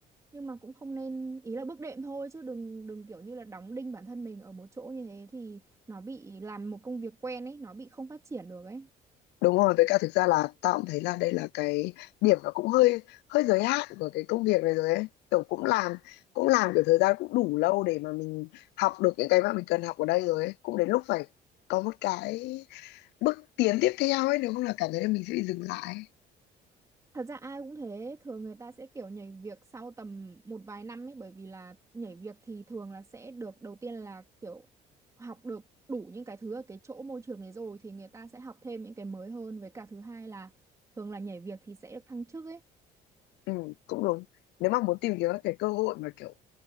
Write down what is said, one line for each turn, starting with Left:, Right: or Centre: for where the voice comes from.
Right: nhưng mà cũng không nên ý là bước đệm thôi chứ đừng đừng kiểu như là đóng đinh bản thân mình ở một chỗ như thế thì nó bị làm một công việc quen ấy nó bị không phát triển được ấy
Left: Đúng rồi, với cả thực ra là tao cũng thấy là đây là cái điểm nó cũng hơi hơi giới hạn của cái công việc này rồi ấy. Kiểu cũng làm cũng làm kiểu thời gian cũng đủ lâu để mà mình học được những cái mà mình cần học ở đây rồi ấy. Cũng đến lúc phải có một cái bước tiến tiếp theo ấy, nếu không là cảm thấy là mình sẽ bị dừng lại. ấy.
Right: thật ra ai cũng thế thường người ta sẽ kiểu nhảy việc sau tầm một vài năm ấy bởi vì là nhảy việc thì thường là sẽ được đầu tiên là kiểu học được đủ những cái thứ ở cái chỗ môi trường đấy rồi thì người ta sẽ học thêm những cái mới hơn với cả thứ hai là thường là nhảy việc thì sẽ được thăng chức ấy
Left: Ừ, cũng đúng. Nếu mà muốn tìm kiếm các cái cơ hội mà kiểu